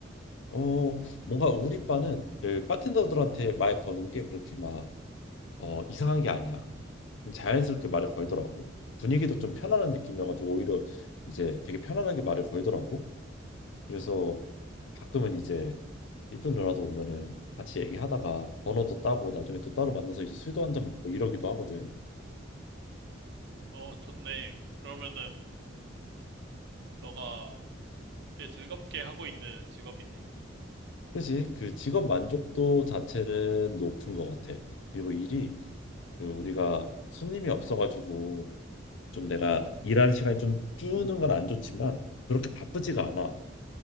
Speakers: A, on the left (about 70°); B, on the right (about 60°).
A: 어 뭔가 우리 바는 여기 바텐더들한테 말 거는 게 그렇게 막 어, 이상한 게 아니야. 자연스럽게 말을 걸더라고. 분위기도 좀 편안한 느낌이어가지고 오히려 이제 되게 편안하게 말을 걸더라고. 그래서 가끔은 이제 이쁜 누나들 오면은 같이 얘기하다가 번호도 따고 나중에 또 따로 만나서 이제 술도 한잔 먹고 이러기도 하거든.
B: 어, 좋네. 그러면은 너가 꽤 즐겁게 하고 있는 직업이네.
A: 그지? 그 직업 만족도 자체는 높은 것 같아. 그리고 일이 그 우리가 손님이 없어가지고 좀 내가 일하는 시간이 좀 주는 건 안 좋지만 그렇게 바쁘지가 않아.